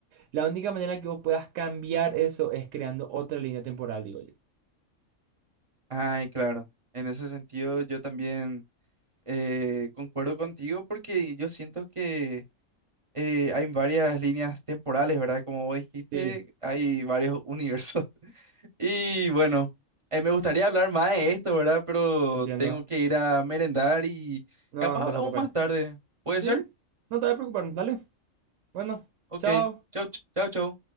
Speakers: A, on the right; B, on the right.
A: La única manera que vos puedas cambiar eso es creando otra línea temporal, digo yo.
B: Ay, claro, en ese sentido yo también eh, concuerdo contigo porque yo siento que eh, hay varias líneas temporales, ¿verdad? Como vos dijiste,
A: Sí.
B: hay varios <laughs> universos. Y bueno, eh, me gustaría hablar más de esto, ¿verdad? Pero
A: Entiendo.
B: tengo que ir a merendar y
A: No,
B: capaz
A: no te
B: hablamos
A: preocupes.
B: más tarde. ¿Puede
A: Sí,
B: ser?
A: no te voy a preocupar, dale. Bueno,
B: Ok.
A: chao.
B: Chau, ch- chau, chau.